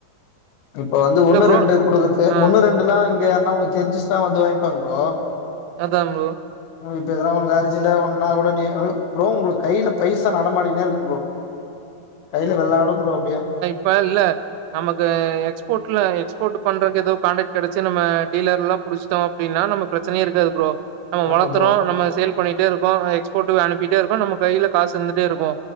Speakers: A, on the left; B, on the right.
A: இப்ப வந்து
B: இல்ல
A: ஒன்னு
B: ப்ரோ
A: ரெண்டு குடுக்கறது
B: ஆ
A: ஒன்னு ரெண் டுனா இங்க யாருன்னா தெரிஞ்சிச்னா வந்து வாய்ங்பாங்க ப்ரோ
B: அதா ப்ரோ
A: இப்ப எதன உனக் அர்ஜெண்டா ஒன்னா கூட நீ ஒரு ப்ரோ உங்களுக்கு கைல பைசா நடமாடினே இருக்கு ப்ரோ கைல வெள்ளாடும் ப்ரோ அப்டியே
B: ப்பா இல்ல நமக்கு எக்ஸ்போர்ட்ல எக்ஸ்போர்ட் பண்றது எதோ காண்டக்ட் கெடச்சி நம்ம டீலர்ல்லா புடிச்சிட்டோ அப்டினா நம்ம பிரச்சனையே இருக்கது ப்ரோ நம்ம
A: ஆமா
B: வளத்தறோ
A: ப்ரோ
B: நம்ம சேல் பண்ணிட்டே இருக்கோ எக்ஸ்போர்ட்க்கு அனுப்பிட்டே இருக்கோ நம்ம கைல காசு இருந்துட்டே இருக்கு